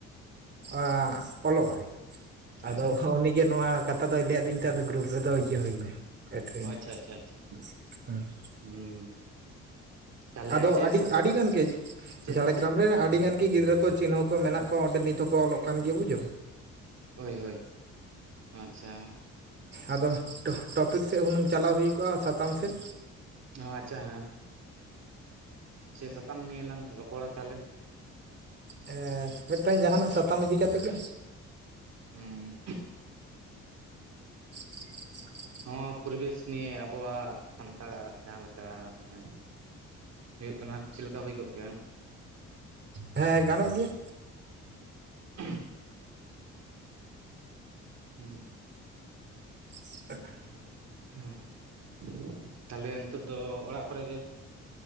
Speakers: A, on the right (about 35°); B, on the right (about 60°).
A: ᱟ ᱚᱞᱚᱜᱼ ᱟᱭ᱾ ᱟᱫᱚ
B: ᱟᱪᱪᱷᱟ
A: ᱩᱱᱤ ᱜᱮ ᱱᱚᱶᱟ ᱠᱟᱛᱷᱟ ᱫᱚᱭ ᱞᱟᱹᱭ ᱟᱹᱫᱤᱧ ᱛᱟᱛᱮᱸᱫ ᱟᱫᱚ ᱜᱨᱩᱯ ᱨᱮᱫᱚ ᱡᱚᱣᱮᱱ ᱦᱩᱭᱱᱟ᱾ ᱮᱴ ᱦᱩᱭᱱᱟ᱾
B: ᱚ ᱟᱪᱪᱷᱟ ᱟᱪᱪᱷᱟ ᱟᱪᱪᱷᱟ᱾
A: <unintelligible>
B: ᱦᱩᱸ᱾ ᱛᱟᱦᱚᱞᱮ
A: ᱟᱫᱚ
B: ᱪᱮᱫ
A: ᱟᱹᱰᱤ
B: ᱥᱟ
A: ᱟᱹᱰᱤ ᱜᱟᱱ ᱜᱮ
B: ᱪᱮᱫ
A: ᱡᱷᱟᱲᱜᱨᱟᱢ ᱨᱮ ᱟᱹᱰᱤ ᱜᱟᱱ ᱜᱮ ᱜᱤᱫᱽᱨᱟᱹ ᱠᱚ ᱪᱤᱱᱦᱟᱹᱣ ᱠᱚ ᱢᱮᱱᱟᱜ ᱠᱚᱣᱟ, ᱚᱸᱰᱮ ᱱᱤᱛ ᱦᱚᱸᱠᱚ ᱚᱞᱚᱜ ᱠᱟᱱ ᱜᱮᱭᱟ ᱵᱩᱡᱷᱟᱹᱣ᱾
B: ᱦᱳᱭ ᱦᱳᱭ᱾ ᱟᱪᱪᱷᱟ
A: ᱟᱫᱚ ᱴᱚᱯᱤᱠ ᱥᱮᱫ ᱦᱩᱱᱟᱹᱝ ᱪᱟᱞᱟᱣ ᱦᱩᱭ ᱠᱚᱜᱼᱟ, ᱥᱟᱛᱟᱢ ᱥᱮᱫ᱾
B: ᱚ ᱟᱪᱪᱷᱟ ᱦᱮᱸ᱾ ᱪᱮᱫ ᱥᱟᱛᱟᱢ ᱱᱤᱭᱟᱹ ᱞᱟᱝ ᱨᱚᱯᱚᱲᱟ ᱛᱟᱦᱞᱮ?
A: ᱦᱮᱸ ᱢᱤᱫᱴᱟᱝ ᱡᱟᱦᱟᱱᱟᱜ ᱥᱟᱛᱟᱢ ᱤᱫᱤ ᱠᱟᱛᱮᱫ ᱜᱮ᱾
B: ᱦᱮᱸ᱾
A: <unintelligible>
B: ᱦᱚᱸ ᱯᱚᱨᱤᱵᱮᱥ ᱱᱤᱭᱮ ᱟᱵᱚᱣᱟᱜ ᱥᱟᱱᱛᱟᱲᱟᱜ ᱡᱟᱦᱟᱸᱞᱮᱠᱟ ᱢᱟᱱᱮ ᱦᱩᱭᱩᱜ ᱠᱟᱱᱟ᱾ ᱪᱮᱫ ᱞᱮᱠᱟ ᱦᱩᱭ ᱠᱚᱜ ᱠᱷᱟᱱ?
A: ᱦᱮᱸ ᱜᱟᱱᱚᱜ ᱜᱮᱭᱟ᱾
B: <unintelligible> ᱦᱩᱸ᱾
A: <unintelligible>
B: <unintelligible> ᱛᱟᱦᱞᱮ ᱱᱤᱛᱚᱜ ᱫᱚ ᱚᱲᱟᱜ ᱠᱚᱨᱮ ᱜᱮ᱾